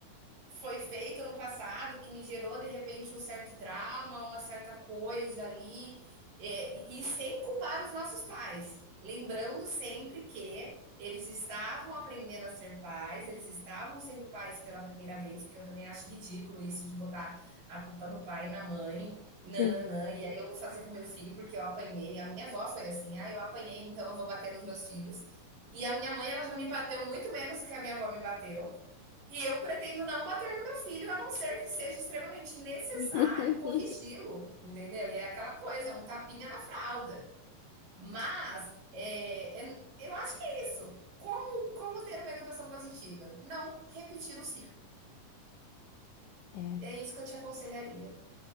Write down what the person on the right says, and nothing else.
foi feito no passado que me gerou de repente um certo trauma, uma certa coisa ali, é, e, e sem culpar os nossos pais, lembrando sempre que eles estavam aprendendo a ser pais, eles estavam sendo pais pela primeira vez, porque eu também acho ridículo isso de botar a culpa no pai e na mãe, e nananã,
e aí eu vou fazer com meu filho porque eu apanhei. A minha avó foi assim, ah, eu apanhei, então eu vou bater nos meus filhos. E a minha mãe, ela já me bateu muito menos do que a minha avó me bateu. E eu pretendo não bater no meu filho, a não ser que seja extremamente necessário
corrigi-lo, entendeu? E é aquela coisa, um tapinha na fralda. Mas é, é, eu acho que é isso. Como, como ter uma educação positiva? Não repetir o ciclo.
É isso que eu te aconselharia.